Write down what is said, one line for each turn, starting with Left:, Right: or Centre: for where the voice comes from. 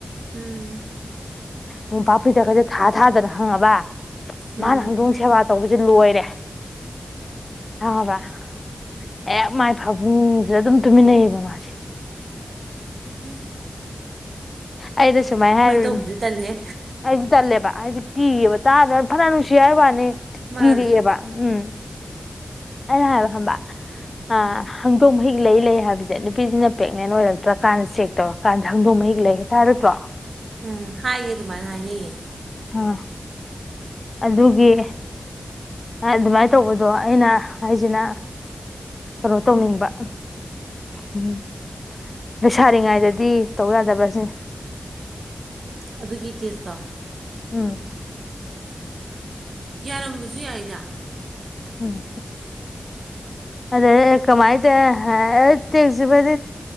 Right: ꯎꯝ
Left: ꯅꯣꯄꯥꯛꯄꯤꯗꯈꯩꯗ ꯊꯥ ꯊꯥꯗꯅ ꯍꯪꯉꯕ
Right: ꯎꯝ
Left: ꯃꯥꯅ ꯁꯪꯗꯣꯡ ꯁꯦꯕꯥ ꯇꯧꯕꯁꯦ ꯂꯣꯏꯔꯦ ꯍꯥꯕ ꯍꯦꯛ ꯃꯥꯏ ꯐꯕꯨꯡꯁ ꯑꯗꯨꯝ ꯇꯨꯃꯤꯟꯅꯩꯌꯦꯕ ꯃꯥꯁꯦ
Right: ꯍ
Left: ꯑꯩꯗ ꯁꯨꯃꯥꯏꯅ ꯍꯥꯏꯔꯨꯔꯤꯅꯦ
Right: ꯇꯧꯕꯗꯨꯗꯤ ꯇꯜꯂꯦꯍꯦ
Left: ꯑꯩꯗꯤ ꯆꯠꯂꯦꯕ ꯍꯥꯏꯗꯤ ꯀꯤꯕ ꯇꯥꯗ ꯐꯅꯅꯅꯨꯡꯁꯤꯌꯥ ꯋꯥꯅꯤ
Right: ꯃꯥꯅꯦ
Left: ꯀꯔꯤꯌꯦꯕ ꯎꯝ ꯑꯩꯅ ꯍꯥꯏꯕ ꯈꯪꯕ
Right: ꯎꯝ
Left: ꯑ ꯍꯪꯗꯣꯩ ꯃꯥꯍꯤꯛ ꯛ ꯂꯩ ꯍꯥꯏꯕꯁꯦ ꯅꯨꯄꯤꯁꯤꯅ ꯄ꯭ꯔꯦꯒꯅꯦꯟ ꯑꯣꯏꯔꯛꯇ꯭ꯔꯀꯥꯟꯗ ꯆꯦꯛ ꯇꯧꯔꯀꯥꯟꯗ ꯍꯪꯗꯣꯡ ꯃꯍꯤꯛ ꯂꯩ ꯇꯔꯛꯇ꯭ꯔꯣ
Right: ꯎꯝ ꯍꯥꯏꯌꯦ ꯑꯗꯨꯃꯥꯏꯅ ꯍꯥꯏꯅꯩꯌꯦ
Left: ꯑꯥ ꯑꯗꯨꯒꯤ ꯑꯗꯨ ꯃꯥ ꯇꯧꯕꯗꯣ ꯑꯩꯅ ꯍꯥꯏꯁꯤꯅ ꯀꯩꯅꯣ ꯇꯧꯅꯤꯡꯕ ꯎꯝ ꯂꯩꯣꯏꯁꯥꯔꯤꯉꯥꯏꯗꯗꯤ ꯇꯧ ꯌꯥꯗꯕ꯭ꯔꯥ ꯁꯤꯅꯤ
Right: ꯑꯗꯨꯒꯤ ꯇꯦꯁꯇꯣ
Left: ꯎꯝ
Right: ꯌꯥꯔꯝꯕꯁꯨ ꯌꯥꯏꯅ
Left: ꯎꯝ ꯑꯗ ꯀꯃꯥꯏ ꯇ ꯍꯥꯏꯦꯛꯁꯤꯕ